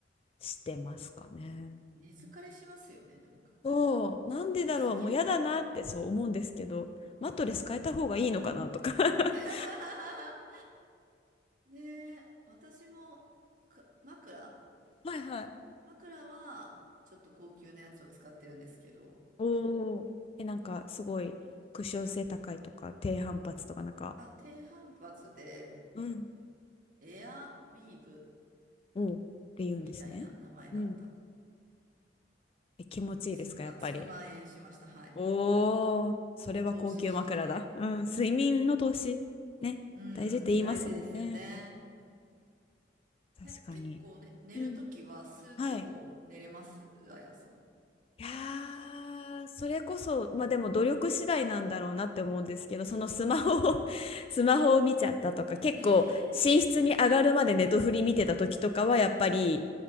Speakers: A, on the left (about 30°); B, on the right (about 45°).
A: してますかね。
B: 寝疲れしますよね、なんか。
A: そう、なんでだろう、
B: 寝すぎると。
A: もう嫌だなってそう思うんですけど、マットレス変えた方がいいのかなとか
B: うん。
A: <laughs>
B: <laughs> ねえ、私もく枕
A: はいはい。
B: 枕はちょっと高級なやつを使ってるんですけど、
A: おお。え、なんかすごい屈折性高いとか低反発とかなんか
B: あ、低反発で
A: うん。
B: エアウィーブ
A: おう。って言うんですね。
B: みたいな名前だった。
A: うん。え、気持ちいいですか、
B: 数万、
A: やっぱり。
B: 数万円しました。はい。
A: おお。それは高級枕だ。
B: 投資して、
A: うん、睡眠の投資。ね、
B: うん、
A: 大事って言いますもんね。
B: 大事ですよね。
A: 確かに。
B: え、結構ね、寝るときはスーってこう寝れますあやさん。
A: うん。はい。いやーそれこそ、まあでも努力次第なんだろうなって思うんですけど、そのスマホを
B: <laughs>
A: <laughs> スマホを見ちゃったとか、結構寝室に上がるまでネトフリ見てた時とかはやっぱり
B: ねえ。